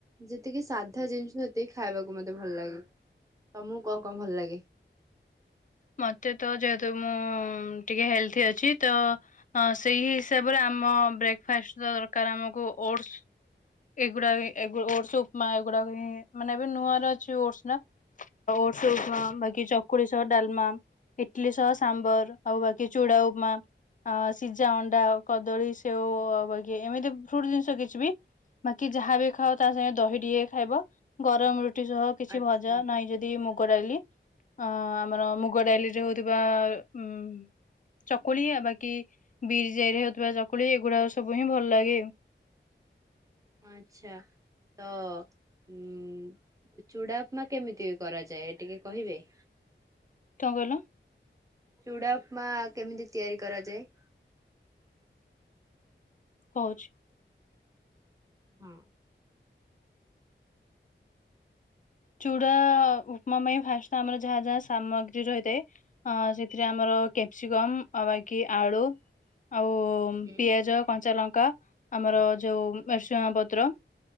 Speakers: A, on the right (about 15°); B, on the left (about 40°).
A: ଯେତିକି ସାଧା ଜିନିଷ ସେତିକି ଖାଇବାକୁ ମତେ ଭଲ ଲାଗେ। ତମକୁ କଣ କଣ ଭଲ ଲାଗେ?
B: ମତେ ତ ଯେହେତୁ ମୁଁ ଟିକେ ହେଲ୍ଥୀ ଅଛି ତ ହ ସେଇ ହିସାବରେ ଆମ ବ୍ରେକ୍ଫାଷ୍ଟ ତ ଦରକାର ଆମକୁ ଓଟସ। ଏଗୁଡା ଏ ଏଗୁ ଓଟସ୍ ଉପମା ଏଗୁଡା ମାନେ ଏବେ ନୂଆ ର ଅଛି ଓଟସ ନା? ଓଟସ୍ ଉପମା ବାକି ଚକୁଳି ସହ ଡାଲମା ଇଟଲି ସହ ସାମ୍ବର ଆଉ ବାକି ଚୁଡା ଉପମା ଆ ସିଜା ଅଣ୍ଡା କଦଳୀ ସେଉ ଆ ବାକି ଏମିତି ଫ୍ରୁଟ ଜିନିଷ କିଛି ବି ବାକି ଯାହା ବିି ଖାଅ ତା ସାଙ୍ଗେ ଦହି ଟିଏ ଖାଇବ ଗରମ ରୁଟି ସହ କିଛି
A: ଆଚ୍ଛା
B: ଭଜା ନହିଁ ଯଦି ମ କୋରାଲି ଆ ଆମର ମୁଗ ଡାଲି ଯୋଉଥିବା ଉ ଚକୁଳି ଅ ବାକି ବିର୍ ଜାଇ ରେ ହଉଥିବା ଚକୁଳି ଏଗୁଡା ସବୁ ହିଁ ଭଲ ଲାଗେ।
A: ଆଚ୍ଛା ତ ଉଁ ଚୂଡ଼ା ଉପମା କେମିତି କରାଯାଏ ଟିକେ କହିବେ?
B: ଟ କଲ
A: ଚୁଡ଼ା ଉପମା କେମିତି ତିଆରି କରାଯାଏ?
B: କହୁଛି।
A: ହୁଁ।
B: ଚୁଡା ଉପମା ପାଇଁ ଫାଷ୍ଟ ଆମର ଯାହା ଯାହା ସାମଗ୍ରୀ ରହିଥାଏ ଅ ସେଥିରେ ଆମର କ୍ୟାପ୍ସିକମ, ବାକି ଆଳୁ ଆଉ
A: ହୁଁ
B: ପିଆଜ କଞ୍ଚା ଲଙ୍କା ଆମର ଯୋଉ ଭ୍ରେସୁଙ୍ଗାପତ୍ର